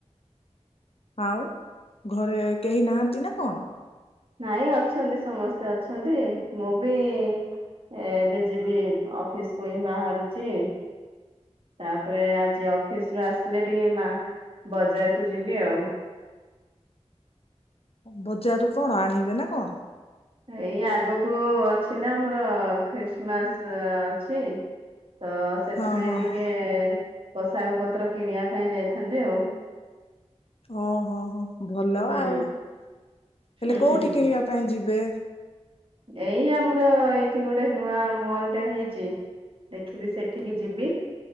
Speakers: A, on the left; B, on the right.
A: ଆଉ ଘରେ କେହି ନାହାନ୍ତି ନା କଣ?
B: ନାଇଁ ଅଛନ୍ତି ସମସ୍ତେ ଅଛନ୍ତି ମୁଁ ବି ଏଁ ଏବେ ଯିବି ଅଫିସକୁ ହିଁ ବାହାରୁଚି। ତାପରେ ଆଜି ଅଫିସ ରୁ ଆସିଲେ ଟିକେ ମା ବଜାରକୁୁ ଯିବି ଆଉ।
A: ବଜାରୁ କଣ ଆଣିବେ ନାଁ କଣ?
B: ଏଇ ଆଗକୁ ଅଛି ନା ଆମର ଖ୍ରୀଷ୍ଟମାସ ଅଛି। ତ ସେଥିପାଇଁ
A: ହଁ ହଁ
B: ଟିକେ
A: ହଁ।
B: ପୋଷାକ ପତ୍ର କିଣିବା ପାଇଁ ଯାଇଥାନ୍ତି ଆଉ।
A: ଓ ହୋ ହୋ ଭଲ
B: ହୁଁ
A: ଆଉ ହେଲେ
B: ହୁଁ
A: କୋଉଠି
B: ହୁଁ ହୁଁ
A: କିଣିବା ପାଇଁ ଯିବେ?
B: ଏଇ ଆମର ଏଇଠି ଗୋଟେ ନୂଆ ମଲ୍ ଟେ ହେଇଚି। ଦେଖିବି ସେଠିକି ଯିବି।